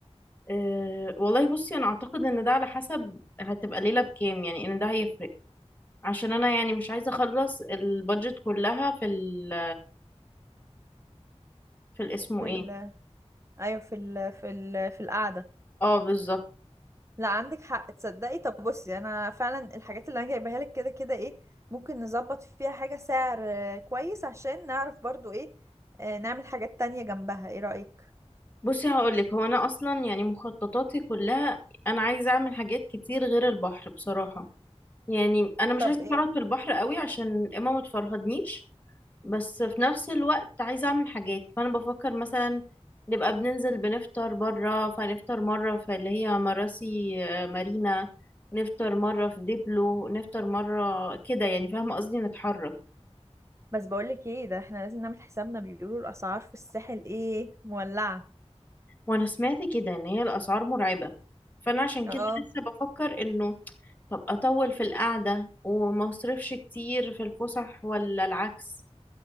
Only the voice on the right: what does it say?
في
ال ايوه في ال في ال في القعده
لا عندك حق تصدقي طب بصي انا فعلا الحاجات اللي انا جايباها لك كده كده ايه ممكن نظبط فيها حاجة سعر آه، كويس عشان نعرف برضو ايه آه، نعمل حاجات تانية جنبها ايه رأيك
طب
ايه
بس بقولك ايه ده احنا لازم نعمل حسابنا بيقولوا الاسعار في الساحل ايه مولعة
اه